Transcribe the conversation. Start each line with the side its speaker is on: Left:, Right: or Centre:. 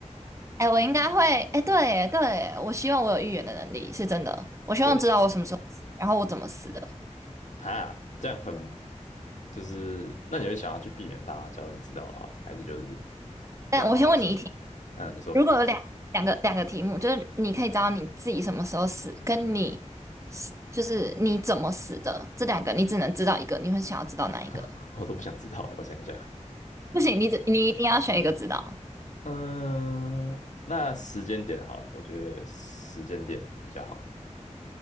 Right: 哎，我应该会，哎，对耶，对耶，我希望我有预言的能力，是真的。我希望知道我什么时候死，
Left: 对，
Right: 然后我怎么死的。
Left: 哈，这样很就是，那你会想要去避免它吗？假如你知道的话，还是就是
Right: 但我先问你一题，
Left: 让它发生？嗯，你说，
Right: 如果有两两个两个题目，就是你可以知道你自己什么时候死，跟你死就是你怎么死的，这两个你只能知道一个，你会想要知道哪一个？
Left: <laughs> 我都不想知道欸，我想一下。
Right: 不行，你只你一定要选一个知道，
Left: 嗯，那时间点好了，我觉得时间点比较好。